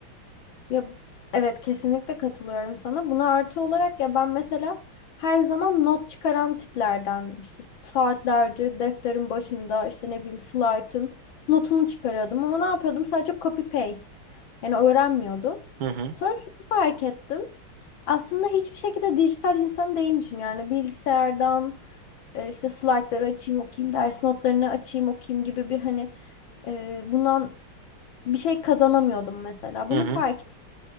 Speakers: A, on the left; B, on the right.
A: Ya evet kesinlikle katılıyorum sana. Buna artı olarak ya ben mesela her zaman not çıkaran tiplerdendim. İşte saatlerce defterin başında işte ne bileyim slaytın notunu çıkarıyordum ama ne yapıyordum? Sadece copy paste. Yani öğrenmiyordum.
B: Hı hı.
A: Sonra şunu fark ettim. Aslında hiçbir şekilde dijital insan değilmişim. Yani bilgisayardan e, işte slaytları açayım okuyayım, ders notlarını açayım okuyayım gibi bir hani e, bundan bir şey kazanamıyordum mesela. Bunu
B: Hı hı.
A: fark